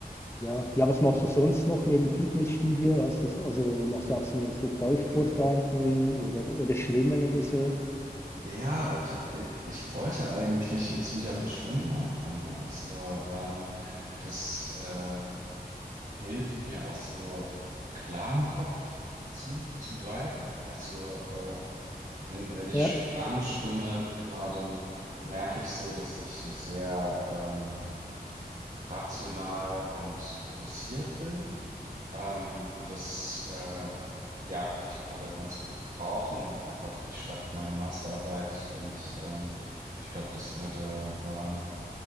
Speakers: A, on the left; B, on the right.
A: ja. Ja, was machst du sonst noch neben Fitnessstudio? Hast du, so- also machst du auch so so Ballsportarten
B: Mhm.
A: oder, oder Schwimmen oder
B: Ja.
A: so?
B: Ja, ta- äh, ich wollte eigentlich jetzt wieder mit Schwimmen anfangen. Also äh, das äh, hilft mir auch so äh, klar im Kopf zu, zu bleiben. Also äh, wenn, wenn ich
A: Ja,
B: sch- Bahn schwimme, genau, dann merke ich so, dass ich so sehr ähm, rational und fokussiert bin. Ähm, und das äh, ja, kann ich gerade ganz gut gebrauchen. Einfach, ich schreibe meine Masterarbeit und ähm, ich glaube, das würde